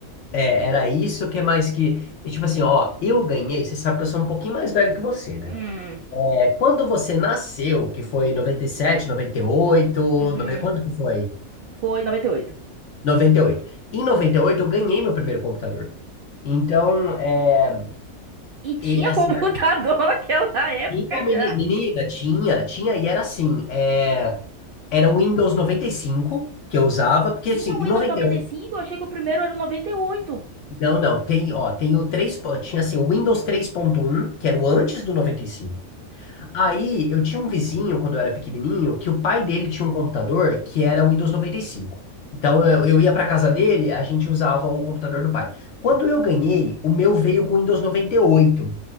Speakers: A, on the left (about 65°); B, on the right (about 75°).
A: é, era isso que é mais que. E tipo assim, ó, eu ganhei. Você sabe que eu sou um pouquinho mais velho que você, né?
B: Hum,
A: É, quando você nasceu, que foi noventa noventa e sete noventa e oito
B: uhum.
A: 90, quando que foi?
B: Foi 98.
A: noventa e oito Em 98 eu ganhei meu primeiro computador. Então, é,
B: E oito. E tinha
A: e, assim,
B: <laughs> computador
A: na-
B: naquela época
A: tinha meni-
B: já.
A: menina, tinha, tinha, e era assim, é, era o Windows 95 que eu usava, porque
B: Tinha
A: assim, em
B: o Windows
A: noventa
B: 95, eu achei que o primeiro era o 98.
A: Não, não, tem, ó, tem o 3. po- tinha assim, o Windows três ponto um, que era o antes do 95. Aí, eu tinha um vizinho, quando eu era pequenininho, que o pai dele tinha um computador que era o Windows 95. Então, eu, eu ia pra casa dele, a gente usava o computador do pai. Quando eu ganhei, o meu veio com o Windows 98.